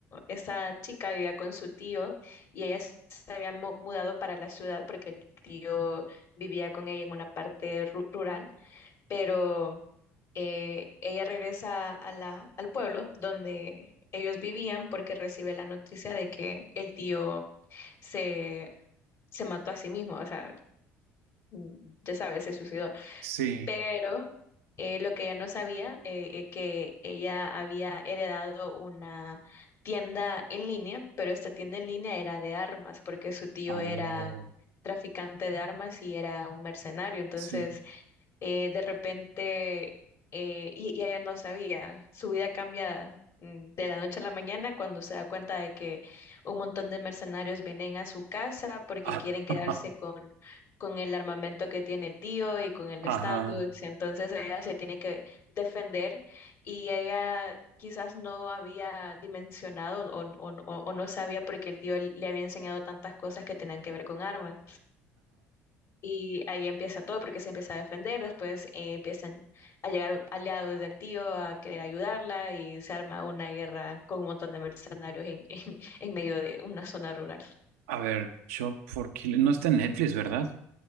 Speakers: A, on the left (about 50°); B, on the right (about 85°).
A: esta chica vivía con su tío y ella s- se había mu- mudado para la ciudad porque el tío vivía con ella en una parte ru- rural, pero eh, ella regresa a la, al pueblo donde ellos vivían porque recibe la noticia de que el tío se, se mató a sí mismo, o sea, mm, ya sabes, se suicidó.
B: Sí.
A: Pero eh, lo que ella no sabía, eh, eh, que ella había heredado una tienda en línea, pero esta tienda en línea era de armas, porque su tío
B: Oh,
A: era traficante de armas y era un mercenario. Entonces,
B: sí.
A: eh, de repente, eh, y, y ella no sabía, su vida cambia mm, de la noche a la mañana cuando se da cuenta de que un montón de mercenarios vienen a su casa porque
B: Ah,
A: quieren quedarse
B: <laughs> Ajá,
A: con, con el armamento que tiene el tío y con el
B: ajá,
A: estatus, entonces ella se tiene que defender y ella... Quizás no había dimensionado o, o- o- o no sabía porque el tío le había enseñado tantas cosas que tenían que ver con armas. Y ahí empieza todo porque se empieza a defender, después eh, empiezan a llegar aliados del tío a querer ayudarla y se arma una guerra con un montón de mercenarios en, <laughs> en, en medio de una zona rural.
B: A ver, Shop for Killer. No está en Netflix, ¿verdad?